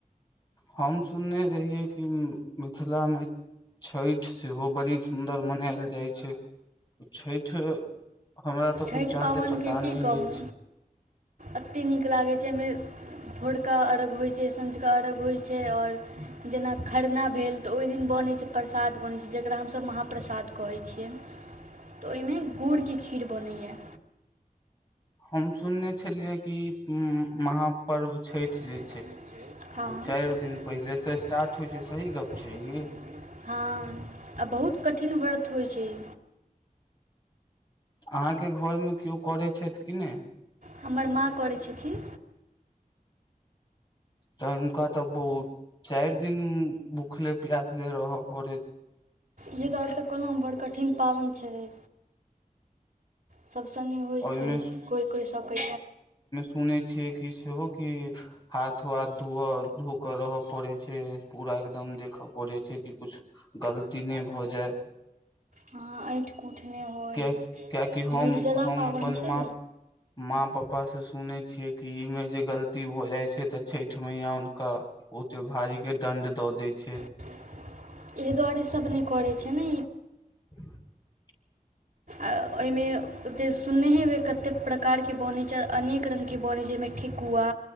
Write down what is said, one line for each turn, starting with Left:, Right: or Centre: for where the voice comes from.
Left: हम सुनने रहियै कि मिथिला मे छैठ सेहो बड़ी सुन्दर मनायल जाइ छैय। छैठ हमरा तऽ
Right: छैठ
Left: कुछ जादे
Right: पाबेन
Left: पता
Right: के की
Left: नहि
Right: कहू
Left: अछि
Right: एतेक नीक लागैत छै एहिमे। भोरका अर्घ होइत छै सँझका अर्घ्य होइत छैय और जेना खरना भेल तऽ ओहि दिन दिन बनै छै प्रसाद बनैत छै जकरा हमसभ महाप्रसाद कहैत छियै। तऽ ओहिमे गुड़के खीर बनैए।
Left: हम सुनने छलियै कि महापर्व छै।
Right: हँ <unintelligible>
Left: जे ओ चारि दिन पहिले से स्टार्ट होइ छै सही गप छै ई
Right: हँ आ बहुत कठिन व्रत होइ छैय।
Left: अहाँके घरमे केओ करैत छैथ कि नै।
Right: हमर माँ करै छथिन।
Left: तन हुनका तऽ बहुत चाइर दिन भुखले प्यासले रहब पड़ेत
Right: यए दुआरे तऽ कहलहुँ बड़ कठिन पाबैन छैय। सभसँ नहि होइ
Left: ओहिमे
Right: छैय कोइ कोइ सकै
Left: सुन छिये की सेहो की हाथ वाथ धो धो क रहय पड़े छैय पूरा एकदम देखय पड़ैत छै कि किछु गलती नहि भऽ जाय।
Right: हाँ ऐठ कूठ नहि होय
Left: किया
Right: ह
Left: कियाकि
Right: निर्जला।
Left: हम हम
Right: पाबनि
Left: अपन
Right: छै
Left: माँ, माँ पापा से सुनै छी। छिये कि इ में जे गलती भ जाय छैय तऽ छैठ मैया उनका ओते भारी के दंड दौत। दै छैय।
Right: एहि दुआरे सभ नहि करै छैय ने।
Left: <inaudible>
Right: अऽ ओईमे ओते सुनने हेबै कतेक प्रकारके बनै छैय अनेक रंगके बनै छैय ओईमे ठेकुआ,